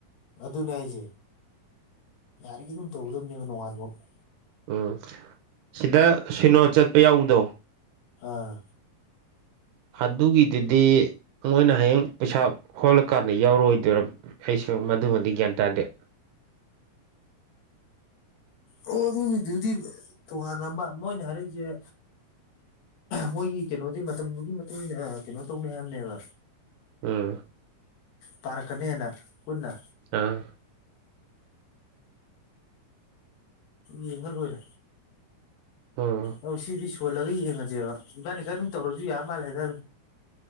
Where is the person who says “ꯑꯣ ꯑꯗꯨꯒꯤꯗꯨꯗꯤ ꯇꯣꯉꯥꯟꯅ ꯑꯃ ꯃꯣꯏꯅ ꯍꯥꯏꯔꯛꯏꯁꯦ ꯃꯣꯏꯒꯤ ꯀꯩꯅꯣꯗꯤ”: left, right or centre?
Left